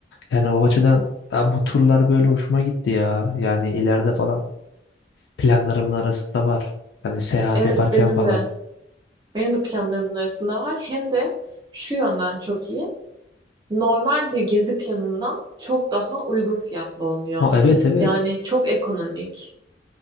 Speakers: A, on the left (about 85°); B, on the right (about 25°).
A: Yani o açıdan ya bu turlar böyle hoşuma gitti ya. Yani ileride falan planlarımın arasında var. Hani seyahat
B: Evet
A: yaparken
B: benim
A: falan.
B: de benim de planlarımın arasında var. Hem de şu yönden çok iyi. normal bir gezi planından çok daha uygun fiyatlı oluyor.
A: Ha evet evet.
B: Yani çok ekonomik.